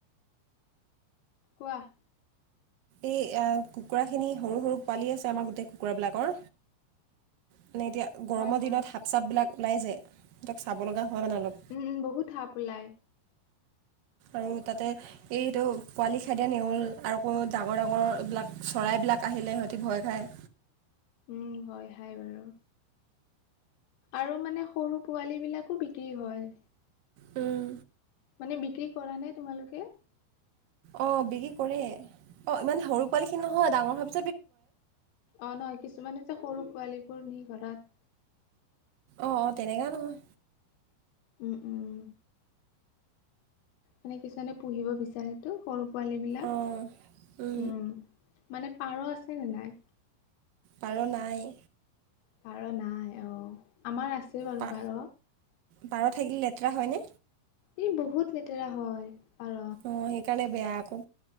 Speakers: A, on the left; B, on the right.
A: ৱাহ।
B: এই কুকুৰাখিনি সৰু সৰু পোৱালি আছে আমাৰ গোটেই কুকুৰাবিলাকৰ মানে এতিয়া গৰমৰ
A: হয় হয়
B: দিনত সাপ চাপবিলাক ওলাই যায় সিহঁক চাব লগা হয়। মানে অলপ।
A: উম বহুত সাপ ওলায়।
B: আৰু তাতে এইটো পোৱালি খেদেয নেউল আকৌ ডাঙৰ ডাঙৰ এইবিলাক চৰাই। এই বিলাক আহিলে সিহঁতি ভয় খায়।
A: উম, ভয় খাই বাৰু। আৰু মানে সৰু পোৱালী বিলাকো বিক্ৰী হয়।
B: উম।
A: মানে বিক্ৰী কৰা নে তোমালোকে।
B: অ বিক্ৰী কৰে অ ইমানে সৰু পোৱালি খিনি নহয় ডাঙৰ হোৱা।
A: অ নহয় কিছুমান যে সৰু পোৱালীবোৰ নি ঘৰত।
B: অ অ তেনেকুৱা নহয়।
A: উম উম। মানে কিছুমানে পুহিব বিচাৰিতো সৰু পোৱালী বিলাক
B: অঁ
A: উম। মানে পাৰ আছেনে নে নাই?
B: পাৰ নাই।
A: পাৰ নাই অ আমাৰ আছে বাৰু
B: পা
A: পাৰ।
B: পাৰ থাকিলে লেতেৰা হয় নে।
A: ই বহুত লেতেৰা হয়। পাৰ
B: অ সেইকাৰণে বেয়া আক।